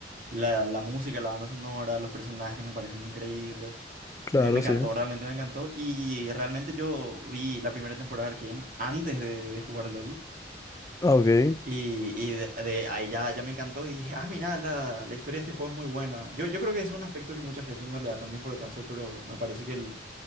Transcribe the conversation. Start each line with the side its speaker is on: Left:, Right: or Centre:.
Right: La, la música, la banda sonora, los personajes me parecen increíbles.
Left: Claro,
Right: Me, me encantó,
Left: sí.
Right: realmente me encantó. Y realmente yo vi la primera temporada de Arcane antes de, de jugar LOL.
Left: Ah, ok.
Right: Y, y de, de ahí ya, ya me encantó y dije, ah, mira, la, la historia de este juego es muy buena. Yo, yo creo que es un aspecto que mucha gente no le da tanta importancia, pero me parece que el,